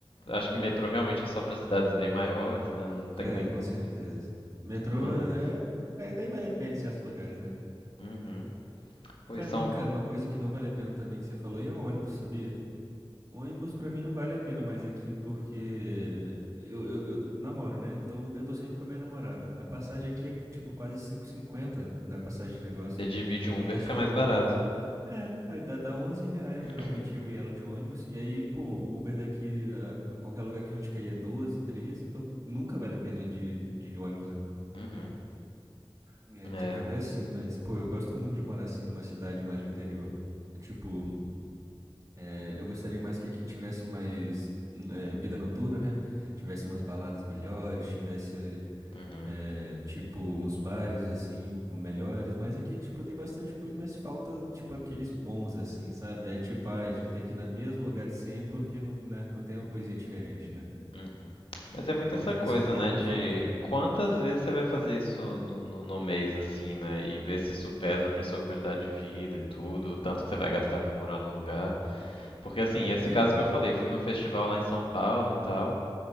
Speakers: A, on the left (about 80°); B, on the right (about 35°).
A: acho que metrô realmente é só para cidades bem maiores, né? Não tem
B: É,
A: nem.
B: com certeza. Metrô
A: Mas.
B: é, é, nem vale a pena em certos lugares, né?
A: Uhum. Pois
B: Pra
A: são.
B: mim, cara, uma coisa que não vale a pena também que você falou aí é o ônibus, sabia? Ônibus pra mim não vale a pena mais aqui porque eu, eu, eu namoro, né? Então eu tô sempre com a minha namorada. A passagem aqui é tipo quase cinco e cinquenta na passagem de negócio.
A: Você divide
B: Então
A: um Uber,
B: dá
A: fica
B: tipo.
A: mais barato, né?
B: É, aí dá, dá 11 reais
A: <clears throat>
B: geralmente eu e ela de ônibus. E aí, pô, o Uber daqui a, a qualquer lugar que a gente cair é 12, 13. Então nunca vale a pena ir de, de ônibus, né?
A: Uhum.
B: E a gente
A: É.
B: acaba assim, mas pô, eu gosto muito de morar assim numa cidade mais de interior. Tipo. É, eu gostaria mais que aqui tivesse mais é, vida noturna, né? Tivesse umas baladas melhores, tivesse,
A: Uhum.
B: é, tipo, uns bares, assim, melhores. Mas aqui, tipo, tem bastante coisa, mas falta, tipo, aqueles bons, assim, sabe? É tipo, ah, a gente tem que ir no mesmo lugar de sempre porque não, né, não tem uma coisinha diferente, né?
A: Uhum. Mas é muito
B: É uma coisa
A: essa coisa,
B: que em São Paulo
A: né,
B: não
A: de
B: falta, né?
A: quantas vezes você vai fazer isso no, no, no mês, assim, né, e ver se isso pesa pra sua qualidade de vida e tudo, o tanto que você vai gastar pra morar no lugar. Porque, assim, esse
B: É.
A: caso que eu falei, fui no festival lá em São Paulo e tal,